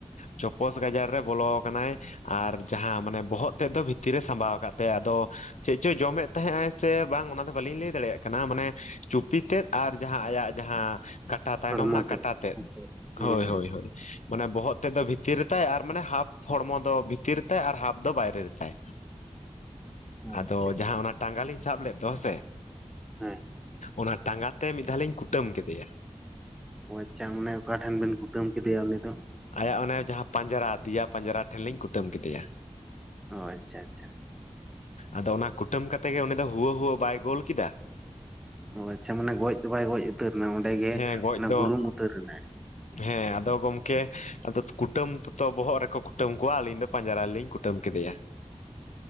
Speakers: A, on the left (about 90°); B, in the centre.
A: ᱪᱚᱯᱚᱥ ᱜᱟᱡᱟᱲ ᱨᱮ ᱵᱚᱞᱚ ᱟᱠᱟᱱᱟᱭ ᱟᱨ ᱡᱟᱦᱟᱸ ᱢᱟᱱᱮ ᱵᱚᱦᱚᱜ ᱛᱮᱫ ᱫᱚ ᱵᱷᱤᱛᱤᱨ ᱨᱮ ᱥᱟᱢᱵᱟᱣ ᱟᱠᱟᱫ ᱛᱟᱭᱟᱭ ᱟᱫᱚ ᱪᱮᱫ ᱪᱚᱭ ᱡᱚᱢᱮᱫ ᱛᱟᱦᱮᱸ ᱟᱭ ᱥᱮ ᱵᱟᱝ ᱚᱱᱟ ᱫᱚ ᱵᱟᱹᱞᱤᱧ ᱞᱟᱹᱭ ᱫᱟᱲᱮᱭᱟᱜ ᱠᱟᱱᱟ ᱢᱟᱱᱮ ᱪᱩᱯᱤ ᱛᱮᱫ ᱟᱨ ᱡᱟᱦᱟᱸ ᱟᱭᱟᱜ ᱡᱟᱦᱟᱸ ᱠᱟᱴᱟ ᱛᱟᱭᱱᱚᱢ
B: ᱦᱚᱲᱢᱚ
A: ᱨᱮᱱᱟᱜ ᱠᱟᱴᱟ ᱛᱮᱫ
B: ᱟᱪᱪᱷᱟ ᱦᱮᱸ
A: ᱦᱳᱭ
B: ᱦᱮᱸ
A: ᱦᱳᱭ ᱢᱟᱱᱮ ᱵᱚᱦᱚᱜ ᱛᱮᱫ ᱫᱚ ᱵᱷᱤᱛᱤᱨ ᱨᱮᱛᱟᱭ ᱟᱨ ᱢᱟᱱᱮ ᱦᱟᱯᱷ ᱦᱚᱲᱢᱚ ᱫᱚ ᱵᱷᱤᱛᱤᱨ ᱛᱟᱭ ᱟᱨ ᱦᱟᱯᱷ ᱫᱚ ᱵᱟᱦᱨᱮ ᱛᱟᱭ
B: ᱚ
A: ᱟᱫᱚ
B: ᱟᱪᱪᱷᱟ ᱟᱪᱪᱷᱟ
A: ᱡᱟᱦᱟᱸ ᱚᱱᱟ ᱴᱟᱸᱜᱟᱞᱤᱧ ᱥᱟᱵ ᱞᱮᱫ ᱫᱚ ᱦᱮᱸᱥᱮ
B: ᱦᱮᱸ
A: ᱚᱱᱟ ᱴᱟᱸᱜᱟ ᱛᱮ ᱢᱤᱫ ᱫᱷᱟᱣ ᱞᱤᱧ ᱠᱩᱴᱟᱹᱢ ᱠᱮᱫᱮᱭᱟ ᱾
B: ᱟᱪᱪᱷᱟ ᱚᱱᱮ ᱚᱠᱟ ᱴᱷᱮᱱ ᱵᱮᱱ ᱠᱩᱴᱟᱹᱢ ᱠᱮᱫᱮᱭᱟ ᱩᱱᱤ ᱫᱚ
A: ᱟᱭᱟᱜ ᱚᱱᱮ ᱡᱟᱦᱟᱸ ᱯᱟᱸᱡᱽᱨᱟ ᱫᱮᱭᱟ ᱯᱟᱸᱡᱽᱨᱟ ᱴᱷᱮᱱ ᱞᱤᱧ ᱠᱩᱴᱟᱹᱢ ᱠᱮᱫᱮᱭᱟ ᱾
B: ᱚ ᱟᱪᱪᱷᱟ ᱟᱪᱪᱷᱟ
A: ᱟᱫᱚ ᱚᱱᱟ ᱠᱩᱴᱟᱹᱢ ᱠᱟᱛᱮᱜ ᱜᱮ ᱩᱱᱤ ᱫᱚ ᱦᱩᱣᱟᱹ ᱦᱩᱣᱟᱹ ᱵᱟᱭ ᱜᱳᱞ ᱠᱮᱫᱟ
B: ᱚ ᱟᱪᱪᱷᱟ ᱢᱟᱱᱮ ᱜᱚᱡ ᱫᱚ ᱵᱟᱭ ᱜᱚᱡ ᱩᱛᱟᱹᱨ ᱮᱱᱟ ᱚᱸᱰᱮ ᱜᱮ
A: ᱦᱮᱸ ᱜᱚᱡ ᱫᱚ
B: ᱵᱩᱨᱩᱢ ᱩᱛᱟᱹᱨᱮᱱᱟᱭ
A: ᱦᱮᱸ ᱟᱫᱚ ᱜᱚᱝᱠᱮ ᱟᱫᱚ ᱠᱩᱴᱟᱹᱢ ᱛᱚᱛᱚ ᱵᱚᱦᱚᱜ ᱨᱮᱠᱚ ᱠᱩᱴᱟᱹᱢ ᱠᱚᱣᱟ ᱟᱹᱞᱤᱧ ᱫᱚ ᱯᱟᱸᱡᱽᱨᱟ ᱨᱮᱞᱤᱧ ᱠᱩᱴᱟᱹᱢ ᱠᱮᱫᱮᱭᱟ